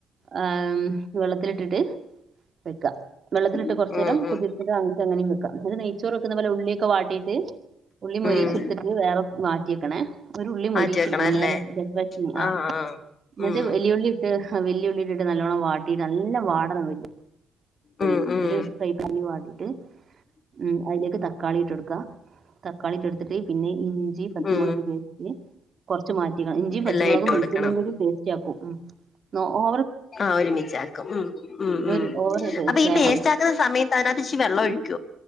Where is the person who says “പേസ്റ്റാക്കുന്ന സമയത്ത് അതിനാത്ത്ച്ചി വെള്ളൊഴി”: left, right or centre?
Left